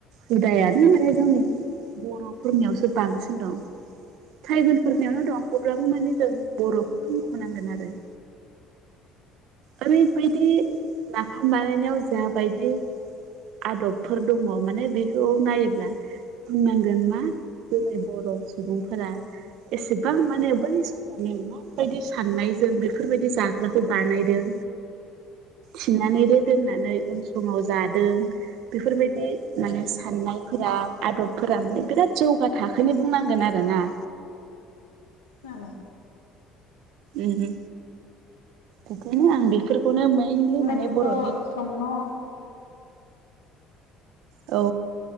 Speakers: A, on the right (about 55°); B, on the left (about 80°).
A: हुदायानो माने जोंनि बर'फोरनियावसो बांसिन दं। ट्राइबेलफोरनियावनो दं अब्लाबो माने जों बर'खौनो मख'नांगोन आरो। ओरैबायदि नाफाम बानायनायाव जाबायदि आदबफोर दङ माने बेखौ नायोब्ला बुंनांगोन मा जोंनि बर' सुबुंफोरा एसेबां माने बै समावनो माबायदि साननायजों बेफोरबायदि जा खौ बानायदों थिनानैबो दोननानै उन समाव जादों। बेफोरबायदि माने साननायफोरा आदबफोरा माने बिराद जौगा थाखोनि बुंनांगोन आरोना।
B: औ
A: उम उम बिफोरनो आं बेफोरखौनो मेनलि माने
B: बेफोरखौ
A: बर'नि
B: संनो
A: औ